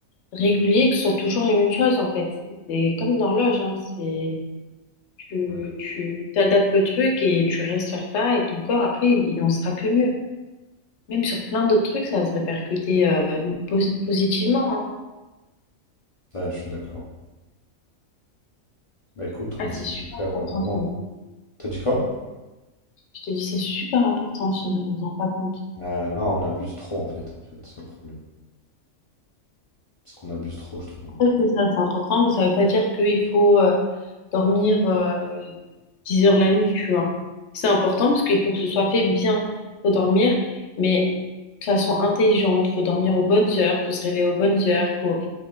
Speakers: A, on the left; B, on the left.
A: Régulier, que ce soit toujours les mêmes choses, en fait. C'est comme une horloge, hein. C'est, tu,
B: Ouais,
A: tu t'adaptes le truc et tu restes sur ça et ton corps, après, il n'en sera que mieux. Même sur plein d'autres trucs, ça va se répercuter, euh, pos- positivement, hein.
B: ouais, je suis d'accord. Bah écoute, on
A: Ah,
B: essaie
A: c'est super
B: de le faire
A: important,
B: euh, vraiment.
A: le sommeil.
B: T'as dit quoi?
A: Je t'ai dit c'est super important, le sommeil. On s'en rend pas compte.
B: Euh, non, on abuse trop en fait, en fait, c'est le problème. C'est qu'on abuse trop, je trouve.
A: Ouais, c'est ça, c'est important, mais ça ne veut pas dire qu'il faut euh, dormir euh, 10 heures la nuit, tu vois. C'est important parce qu'il faut que ce soit fait bien. faut dormir, mais de façon intelligente. faut dormir aux bonnes heures, faut se réveiller aux bonnes heures. faut...